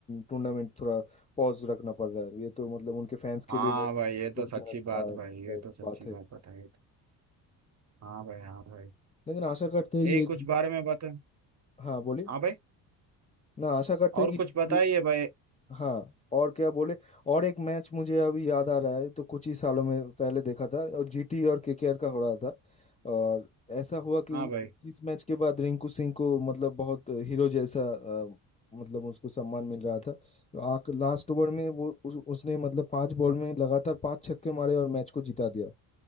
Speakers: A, on the left; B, on the right.
A: टूर्नामेंट थोड़ा पॉज रखना पड़ रहा है ये तो मतलब उनके फैंस के
B: हाँ
A: लिए बहुत
B: भाई ये
A: दुखजनक
B: तो सच्ची बात
A: का
B: भाई
A: का
B: ये तो सच्ची
A: बात है
B: बात बताई हाँ भाई हाँ भाई
A: लेकिन आशा करते हैं ये
B: ये कुछ बारे में बता
A: हाँ बोलिए
B: हाँ भाई
A: ना आशा करते
B: और
A: हैं
B: कुछ
A: कि
B: बताइए भाई
A: हाँ और क्या बोले और एक मैच मुझे अभी याद आ रहा है तो कुछ ही सालों में पहले देखा था और जीटी और केकेआर का हो रहा था और ऐसा हुआ कि
B: हाँ भाई
A: इस मैच के बाद रिंकू सिंह को मतलब बहुत हीरो जैसा अ, मतलब उसको सम्मान मिल रहा था तो आख लास्ट ओवर में वो उस, उसने मतलब पांच बॉल में लगातार पांच छक्के मारे और मैच को जिता दिया